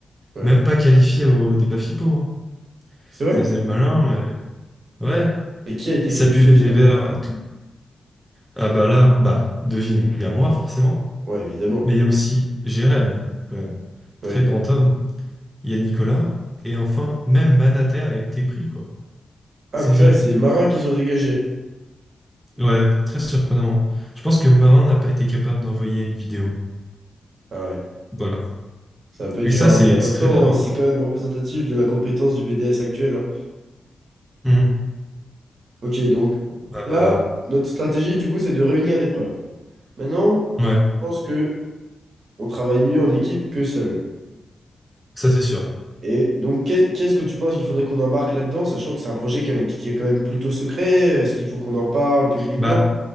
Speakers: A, on the right; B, in the centre.
A: Ouais.
B: Même pas qualifié au débat FIPO. hein.
A: C'est vrai?
B: Ça faisait le malin, mais ouais,
A: Et qui a été
B: ça
A: qualifié
B: buvait
A: finalement?
B: des verres et tout. Ah bah là, bah, devine, il y a moi forcément,
A: Ouais, évidemment.
B: mais il y a aussi Jérém, quand même.
A: oui
B: Très grand homme. Il y a Nicolas, et enfin, même Manater a été pris, quoi. C'est
A: Ah, purée,
B: dire.
A: c'est les marins qu'ils ont dégagé.
B: Ouais, très surprenant. Je pense que Marin n'a pas été capable d'envoyer une vidéo.
A: Ah ouais.
B: Voilà.
A: C'est un peu
B: Et
A: dur,
B: ça,
A: hein,
B: c'est
A: mais en
B: c'est
A: même
B: très
A: temps,
B: grave, hein.
A: hein, c'est quand même représentatif de la compétence du BDS actuel. hein.
B: Mhm.
A: Ok, donc
B: Bah,
A: là,
B: bah, ouais.
A: notre stratégie, du coup, c'est de réunir des preuves. Maintenant,
B: Ouais.
A: je pense que on travaille mieux en équipe que seul.
B: Ça, c'est sûr.
A: Et donc, qu'est- qu'est-ce que tu penses qu'il faudrait qu'on embarque là-dedans, sachant que c'est un projet qui est qui est quand même plutôt secret? Est-ce qu'il faut qu'on en parle publiquement?
B: Bah,